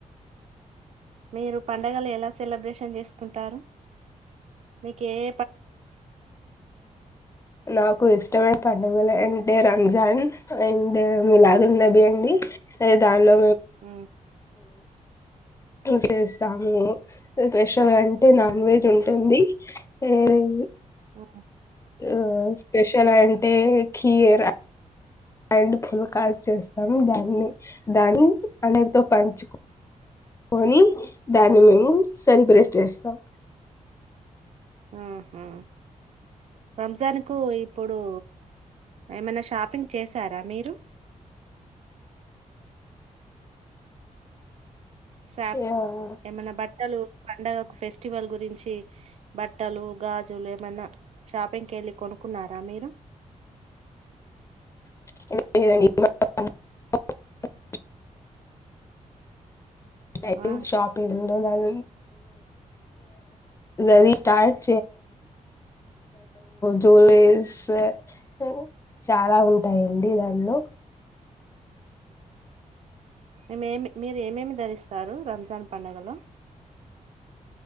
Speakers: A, on the right; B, on the left.
A: మీరు పండగలు ఎలా సెలబ్రేషన్ చేసుకుంటారు మీ కెఏ
B: నాకు ఇష్టమై పండుగలు అంటె రంజాన్ అండ్ మిలాద్ ఉన్నవి అండి సరె దార్లో
A: ఉమ్
B: విస్రేస్తాము స్పషల్గా అంటె నాన్ వెజ్
A: హ్మ్.
B: ఉంటుంది ఏయ్
A: <unintelligible>
B: ఆ స్పెషల్ అంటే ఖీర్ అండ్ పులకా చేస్తాము దాన్ని దాన్ని అన్నటితో పంచుకొని దాన్ని మేము సెలబ్రేట్ చేస్తాం
A: ఆహా రంజాన్ కు ఇప్పుడు ఏమైన షాపింగ్ చేశార మీరు శాప్
B: యాహ్!
A: ఏమన్నా బట్టలు పండగ ఒక ఫెస్టివల్ గురించి బట్టలు గాజులు ఏమన్న షాపింగ్కి వెళ్ళి కొనుకున్నార మీరు
B: <inaudible> <unintelligible>
A: ఆ
B: షాపింగ్ అల <inaudible> జ్యూలేర్ షాప్ చాల ఉంటాయంండి దానిలో
A: మేము ఏమి మీరు ఏమేమి ధరిస్తారు రంజాన్ పండగలో